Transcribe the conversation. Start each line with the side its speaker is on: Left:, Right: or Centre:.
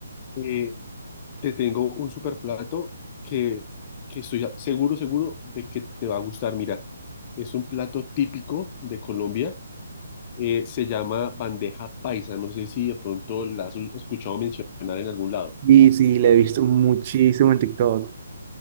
Left: eh, te tengo un super plato que, que estoy a- seguro, seguro de que te va a gustar. Mira, es un plato típico de Colombia, eh, se llama bandeja paisa, no sé si de pronto la has escuchado mencionar en algún lado.
Right: Y sí, le he visto muchísimo en TikTok.